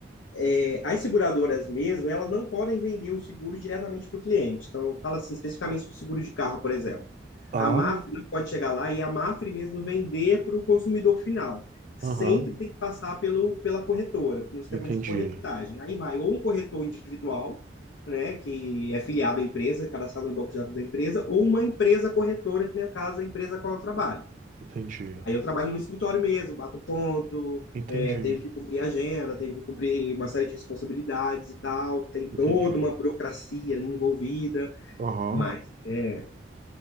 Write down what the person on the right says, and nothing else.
Ah,
aham,
Entendi,
entendi,
entendi,
entendi.
Aham.